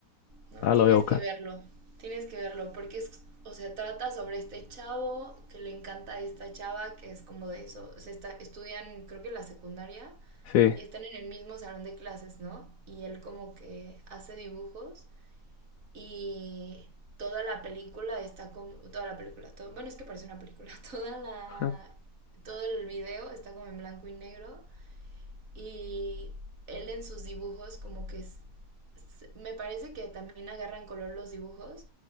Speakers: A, on the right; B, on the left.
A: No,
B: Ahora
A: tienes
B: lo voy a buscar.
A: que verlo, tienes que verlo, porque es, o sea, trata sobre este chavo que le encanta a esta chava, que es como de eso, o sea, está- estudian creo que la secundaria
B: Sí.
A: y están en el mismo salón de clases, ¿no? Y él como que hace dibujos y toda la película está como, toda la película, todo, bueno, es que parece una película, <laughs> toda la,
B: Ajá.
A: todo el video está como en blanco y negro y él en sus dibujos como que es- me parece que también agarran color los dibujos,